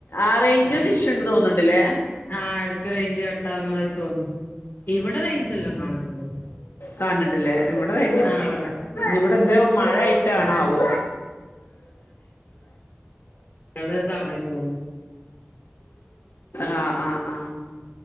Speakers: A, on the left (about 80°); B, on the left (about 55°).
A: ആറേഞ്ച്ണ്ട്
B: ആഹ്
A: ഇഷ്യു ഉണ്ടന്ന് തോന്നണ്ടില്ലേ
B: ആഹ് എടക്ക് റേഞ്ച് കട്ടാതി തോന്നും ഇവിടെ റേഞ്ച്ല്ലാം കാണുന്നുണ്ട്
A: കാണണ്ട്ല്ലേ ഇവിടെ കഴ
B: ആഹ് ഇവിടെ
A: ഇവിടെ എന്താ മഴയിട്ടാണാവോ
B: ആഹ് സദസാ മഹട്ടു അ <unintelligible>
A: ആ ആ ആ